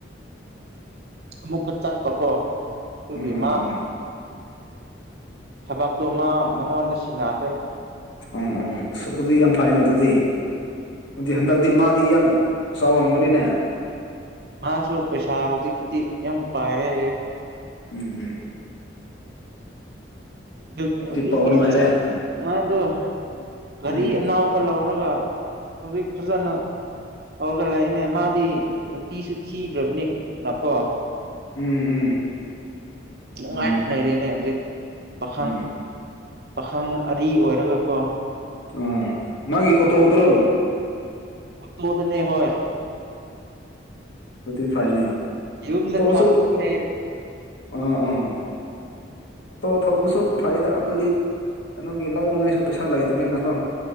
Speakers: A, on the right (about 55°); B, on the left (about 75°).
A: ꯑꯃꯨꯛꯀ ꯆꯠꯄꯀꯣ ꯑꯗꯨꯒꯤ
B: ꯎꯝ ꯎꯝ
A: ꯃꯥ
B: ꯎꯝ
A: ꯊꯕꯛꯇꯣ ꯃꯥ ꯃꯉꯣꯟꯗ ꯁꯤꯟꯅꯈ꯭ꯔꯦ
B: ꯑꯣ ꯑꯣ ꯑꯁ ꯑꯗꯨꯗꯤ ꯌꯥꯝ ꯐꯩꯅ ꯑꯗꯨꯗꯤ ꯑꯗꯨꯗꯤ ꯍꯟꯗꯛꯇꯤ ꯃꯥꯗꯤ ꯌꯥꯝ ꯆꯥꯎꯔꯝꯒꯅꯤꯅꯦ
A: ꯃꯥꯁꯨ ꯄꯩꯁꯥ ꯍꯧꯖꯤꯛꯄꯨꯗꯤ ꯌꯥꯝ ꯄꯥꯏꯔꯦ ꯍꯥꯏꯌꯦ
B: ꯎꯝ ꯎꯝ
A: ꯑꯗꯨ ꯑꯗꯨꯗꯤ
B: ꯄꯥꯎ ꯅꯨꯡꯉꯥꯏꯔꯦ
A: ꯑꯁ
B: ꯎꯝ
A: ꯃꯥꯗꯣ ꯒꯥꯔꯤ
B: ꯎꯝ
A: ꯑꯅꯧ ꯄꯂꯧꯔꯒ ꯍꯧꯖꯤꯛ ꯐꯖꯅ ꯇꯧꯔꯒ ꯂꯩꯅꯦ ꯃꯥꯗꯤ ꯅꯨꯄꯤꯁꯨ ꯊꯤꯗ꯭ꯔꯕꯅꯤꯅꯀꯣ
B: ꯎꯝ ꯎꯝ
A: ꯅꯨꯡꯉꯥꯏꯅ
B: ꯑꯗꯨꯅꯦ
A: ꯂꯩꯔꯦꯅꯦ ꯍꯧꯖꯤꯛ ꯄꯥꯈꯪ
B: ꯎꯝ
A: ꯄꯥꯈꯪ ꯑꯔꯤ ꯑꯣꯏꯔꯒꯀꯣ
B: ꯑꯥ ꯃꯥꯒꯤ ꯑꯣꯇꯣꯗꯨꯔꯣꯡ
A: ꯑꯣꯇꯣꯗꯅꯦ ꯍꯣꯏ
B: ꯑꯗꯨ ꯐꯥꯏꯅꯦ
A: ꯌꯨꯝꯗ
B: ꯑꯣꯇꯣꯁꯨ
A: ꯊꯥꯕꯅꯤ ꯍꯥꯏꯌꯦ
B: ꯑ ꯑꯝ ꯑꯣꯇꯣ ꯊꯧꯕꯁꯨ ꯐꯩꯗ ꯑꯩꯈꯣꯏꯗꯤ ꯀꯩꯅꯣꯒꯤ ꯂꯧꯅꯉꯥꯏꯁꯨ ꯄꯩꯁꯥ ꯂꯩꯇꯕꯤꯅꯀꯣ